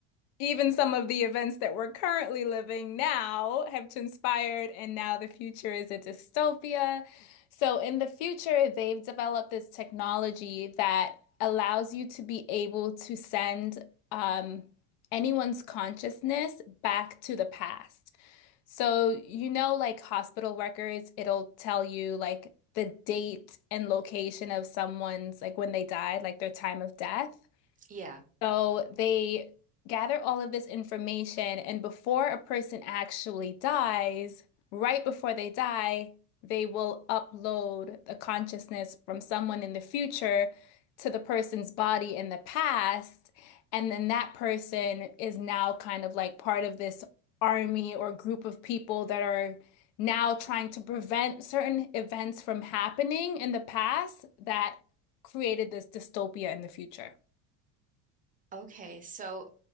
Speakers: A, on the left (about 65°); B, on the right (about 20°).
A: Even some of the events that we're currently living now have transpired, and now the future is a dystopia. So, in the future, they've developed this technology that allows you to be able to send um, anyone's consciousness back to the past. So, you know, like hospital records, it'll tell you like the date and location of someone's, like when they died, like their time of death.
B: Yeah.
A: So they gather all of this information, and before a person actually dies, right before they die, they will upload the consciousness from someone in the future to the person's body in the past. And then that person is now kind of like part of this army or group of people that are now trying to prevent certain events from happening in the past that created this dystopia in the future.
B: Okay, so